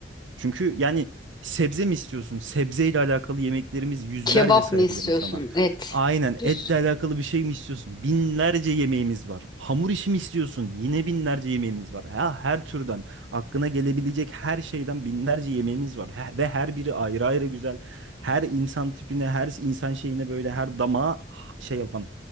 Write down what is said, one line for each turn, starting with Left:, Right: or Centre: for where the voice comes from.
Right: Çünkü yani sebze mi istiyorsun? Sebzeyle alakalı yemeklerimiz yüzlerce
Left: Kebap
Right: sayabilirim
Left: mı istiyorsun?
Right: sana.
Left: Et.
Right: Aynen
Left: Bir
Right: etle
Left: sürü.
Right: alakalı bir şey mi istiyorsun? Binlerce yemeğimiz var. Hamur işi mi istiyorsun? Yine binlerce yemeğimiz var. Ha, her türden aklına gelebilecek her şeyden binlerce yemeğimiz var. He- ve her biri ayrı ayrı güzel. Her insan tipine, her insan şeyine böyle her damağa şey yapan.